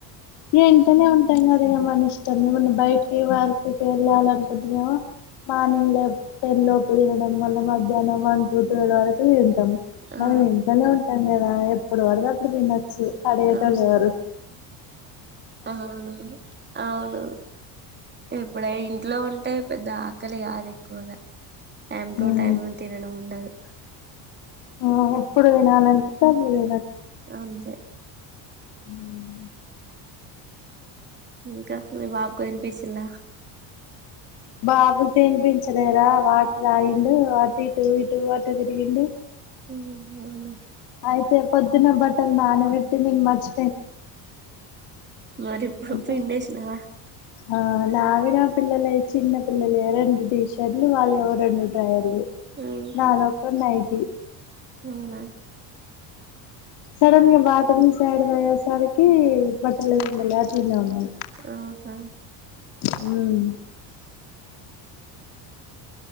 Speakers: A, on the left; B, on the right.
A: ఇంటనే ఉంటాం గదా ఇగ మన ఇష్టం ఏమన్నా బయటికి వర్కికి వెళ్ళాలి అనుకుంటే ఏమో మార్నింగ్ లో టెన్ లోపు తినడం మళ్ళ మధ్యాహ్నం వన్ టు టువేల్ వరకు తిం
B: ఆ
A: మనం ఇంట్లనే ఉంటాం గదా ఎప్పుడు బడతే దప్పుడు తినో చ్చు అడగేటోలేవరు
B: ఆ అవును అవును ఎప్పుడ ఇంట్లో ఉంటే పెద్ద ఆకలి గాదు ఎక్కువగా టైమ్ టు
A: ఉమ్
B: టైమ్ తినడం ఉండదు
A: ఆ ఎప్పుడు తినాలి అనిపిత్తే అప్పుడు
B: అంతే
A: ఉమ్
B: ఇంకా మీ బాబుకు తినిపిచిల్లా
A: బాబుకి తినిపించలేరా వాటర్ తాగిండు అటు ఇటు ఇటు అటు తిరిగిండు
B: ఉమ్ అవునా
A: అయితే పొద్దున బట్టలు నాన బెట్టి నేను మర్చి
B: మరిప్పుడు
A: అంటే
B: పిండేసినవా
A: ఆ నావి నా పిల్లలే చిన్న పిల్లలే రెండు టీషట్లు వాళ్ళవో రెండు డ్రాయర్లు
B: ఉహు,
A: నా లోక నా అయిది
B: అవునా
A: సడన్గా బటర్ సైడ్ వయసదకి బట్టర్లే వెడిట్లుందవ
B: ఆహా
A: హ